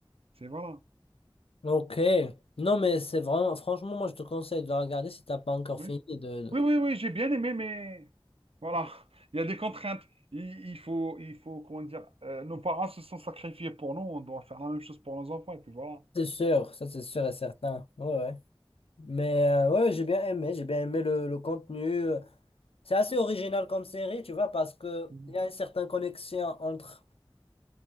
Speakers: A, on the right; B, on the left.
A: c'est voilà.
B: Ok. Non mais c'est vraiment franchement moi je te conseille de la regarder si t'as pas encore
A: Oui.
B: fini de.
A: Oui, oui, oui, j'ai bien aimé, mais voilà, il y a des contraintes. Il, il faut, il faut, comment dire, euh, nos parents se sont sacrifiés pour nous, on doit faire la même chose pour nos enfants, et puis voilà.
B: C'est sûr ça c'est sûr et certain. Ouais ouais. Mais euh, ouais, j'ai bien aimé, j'ai bien aimé le, le contenu. C'est assez original comme série, tu vois, parce que
A: Mhm,
B: il y a une certaine connexion entre